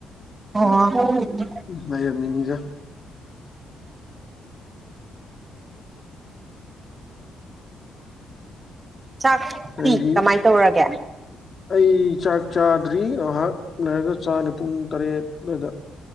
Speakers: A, on the right; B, on the left.
A: ꯑꯣ <unintelligible>
B: ꯂꯩꯔꯝ ꯃꯤꯅꯤꯗ
A: ꯆꯥꯛꯇꯤ
B: ꯅꯪꯗꯤ
A: ꯀꯃꯥꯏꯟ ꯇꯧꯔꯒꯦ
B: ꯑꯩ ꯆꯥꯛ ꯆꯥꯗ꯭ꯔꯤ ꯉꯍꯥꯛ ꯂꯩꯔꯒ ꯆꯅꯤ ꯄꯨꯡ ꯇꯔꯦꯠ ꯑꯗꯨꯋꯥꯏꯗ